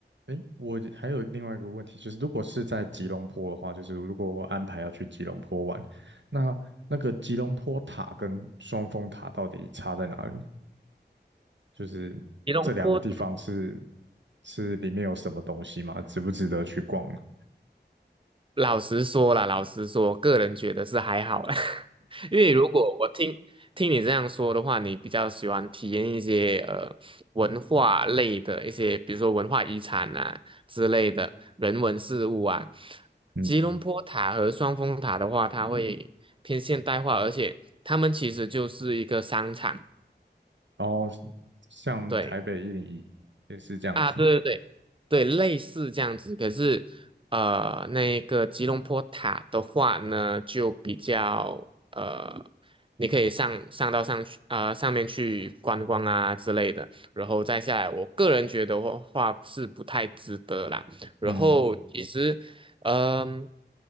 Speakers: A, on the right; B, on the right.
A: 哎，我还有另外一个问题，就是如果是在吉隆坡的话，就是如果我安排要去吉隆坡玩，那那个吉隆坡塔跟双峰塔到底差在哪里？就是这两个地方是
B: 吉隆坡
A: 是里面有什么东西吗？值不值得去逛啊？
B: 老实说啦，老实说，个人觉得是还好啦。<laughs> 因为如果我听听你这样说的话，你比较喜欢体验一些呃文化类的一些，比如说文化遗产啊之类的人文事物啊。
A: 嗯，
B: 吉隆坡塔和双峰塔的话，它会偏现代化，而且他们其实就是一个商场。
A: 然后像台北一零一也是这样子，
B: 对。啊，对对对对，类似这样子。可是，呃，那个吉隆坡塔的话呢，就比较呃，你可以上上到上去呃上面去观光啊之类的，然后再下来，我个人觉得话话是不太值得啦。然后其实，
A: 嗯，
B: 嗯、